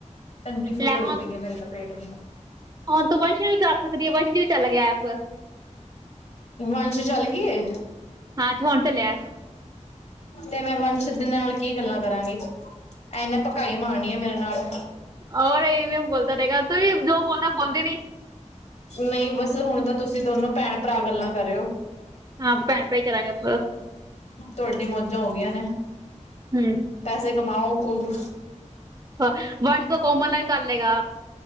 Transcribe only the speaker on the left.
ਟੰਕੀ ਫੁੱਲ
ਹੋਈ
ਪਈ ਏ, ਮੇਰੇ ਤਾਂ ਪੇਟ ਦੀ
ਵੰਸ਼ ਚੱਲ ਗੀ ਏ
ਤੇ ਮੈਂ ਵੰਸ਼ਿੱਧ ਨਾਲ ਕੀ ਗੱਲਾਂ ਕਰਾਂਗੀ। ਆ ਏਨੇ ਪਕਾਈ ਮਾਰਨੀ ਆ ਮੇਰੇ ਨਾਲ
ਨਈ ਬਸ ਹੁਣ ਤਾਂ ਤੁਸੀਂ ਦੋਨੋ ਭੈਣ ਭਰਾ ਗੱਲਾਂ ਕਰਿਓ
ਤੁਹਾਡੀ ਮੌਜਾਂ ਹੋ ਗਈਆਂ ਨੇ
ਪੈਸੇ ਕਮਾਓ ਖੂਬ